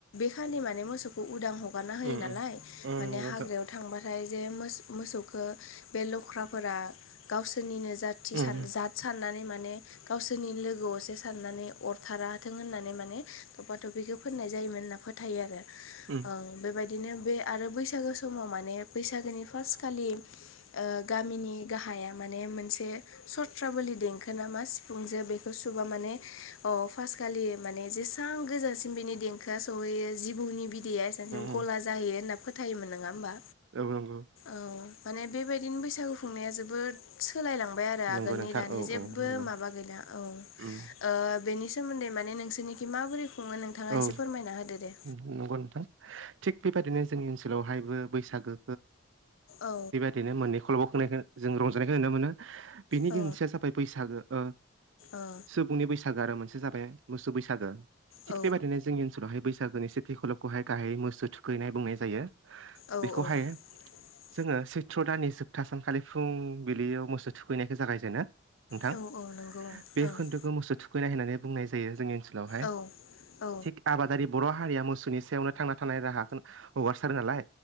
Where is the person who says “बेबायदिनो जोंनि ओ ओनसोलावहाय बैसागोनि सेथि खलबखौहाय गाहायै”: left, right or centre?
Right